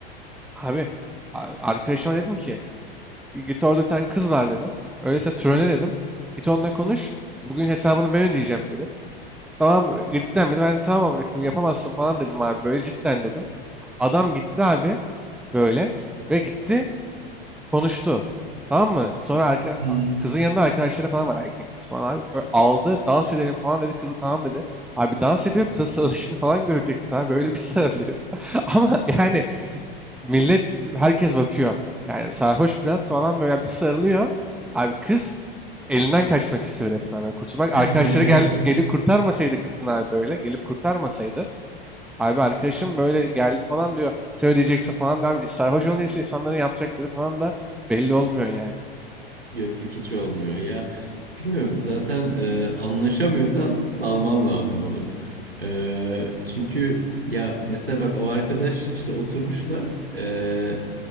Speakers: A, in the centre; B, on the right.
A: Abi a- arkadaşıma dedim ki git orada bir tane kız var dedim. Öyleyse trolle dedim. Git onunla konuş. Bugün hesabını ben ödeyeceğim dedim. Tamam e, cidden mi? Ben de tamam abi, yapamazsın falan dedim abi. Böyle cidden dedim. Adam gitti abi böyle ve gitti konuştu. Tamam mı? Sonra arka,
B: Hı hı.
A: kızın yanında arkadaşları falan var erkek kız falan abi. Ö- aldı dans edelim falan dedi. Kızı tamam dedi. Abi dans ediyor kıza sarılışını falan göreceksin abi. Böyle bir sarılıyor. <laughs> Ama yani Millet, herkes bakıyor. Yani sarhoş biraz falan böyle bir sarılıyor. Abi kız elinden kaçmak istiyor resmen. böyle kurtulmak.
B: <laughs>
A: Arkadaşları gel, gelip kurtarmasaydı kızın abi böyle. Gelip kurtarmasaydı. Abi arkadaşım böyle geldi falan diyor. Sen ödeyeceksin falan. diyor. sarhoş olunca işte insanların yapacakları falan da belli olmuyor yani.
B: Yok yok hiç olmuyor ya. Bilmiyorum zaten e, anlaşamıyorsan salman lazım onu. E, çünkü ya mesela bak o arkadaş işte oturmuşlar. E,